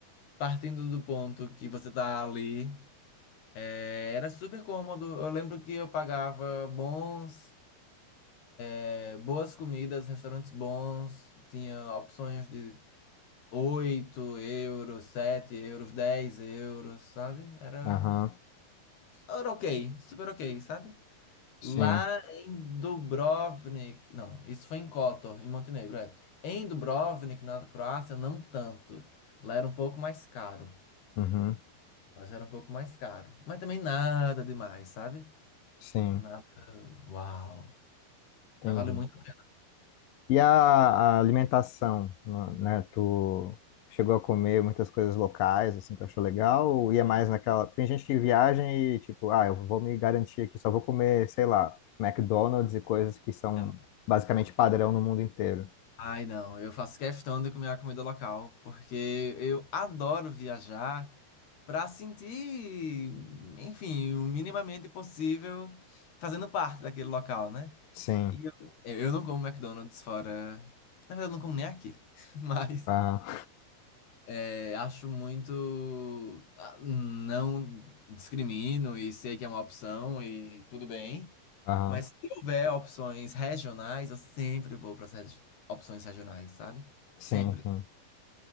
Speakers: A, on the left; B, on the left.
A: partindo do ponto que você tá ali, é, era super cômodo. Eu lembro que eu pagava bons, é, boas comidas, restaurantes bons, tinha opções de 8 euros, 7 euros, 10 euros, sabe? Era,
B: aham,
A: era ok, super ok, sabe?
B: sim,
A: Lá em Dubrovnik, não, isso foi em Kotor, em Montenegro, é. Em Dubrovnik, na Croácia, não tanto. Lá era um pouco mais caro.
B: uhum,
A: Lá já era um pouco mais caro. Mas também nada demais, sabe?
B: sim,
A: Nada. Uau!
B: entendi.
A: Mas vale muito a
B: E a, a alimentação, né? né, Tu chegou a comer muitas coisas locais, assim, tu achou legal? Ou ia mais naquela... Tem gente que viaja e, tipo, ah, eu vou me garantir aqui, só vou comer, sei lá, McDonald's e coisas que são
A: pena.
B: basicamente padrão no mundo inteiro.
A: Ai, não, eu faço questão de comer a comida local, porque eu adoro viajar. para sentir, enfim, o minimamente possível fazendo parte daquele local, né?
B: Sim,
A: E eu, eu não como McDonald's fora. Na verdade, eu não como nem aqui. <laughs> Mas
B: aham,
A: é, acho muito. ah, Não discrimino e sei que é uma opção e tudo bem.
B: <laughs> aham,
A: Mas se houver opções regionais, eu sempre vou para as opções regionais, sabe? Sempre.
B: sim, sim.